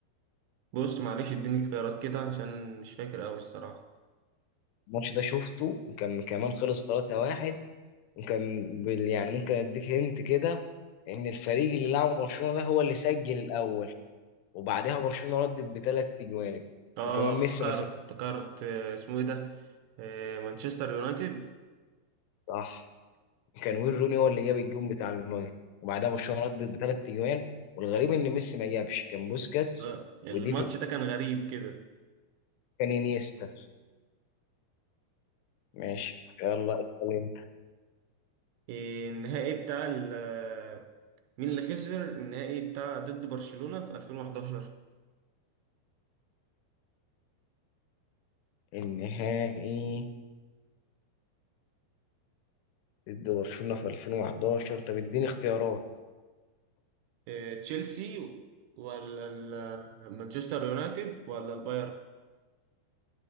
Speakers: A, on the right; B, on the left.
A: بص معلش اديني اختيارات كده عشان مش فاكر قوي الصراحة
B: الماتش ده شفته وكان كمان خلص 3-1 وكان بال... يعني ممكن أديك هنت كده إن الفريق اللي لعب برشلونة ده هو اللي سجل الأول وبعدها برشلونة ردت بثلاث أجوان
A: اه
B: وكمان ميسي
A: افتكرت
B: ما سجلش
A: افتكرت آه، اسمه ايه ده آه، مانشستر يونايتد
B: صح وكان وين روني هو اللي جاب الجون بتاع المجر وبعدها برشلونة ردت بثلاث أجوان والغريب إن ميسي ما جابش كان بوسكاتس
A: آه، الماتش
B: ودي في
A: ده كان غريب كده
B: كان انيستا ماشي يلا اسأل انت
A: آه، النهائي بتاع ال- آه، مين اللي خسر النهائي بتاع ضد برشلونة في 2011
B: النهائي ضد برشلونة في 2011 طب اديني اختيارات
A: آه، تشيلسي ولا ال- آه، مانشستر يونايتد ولا البايرن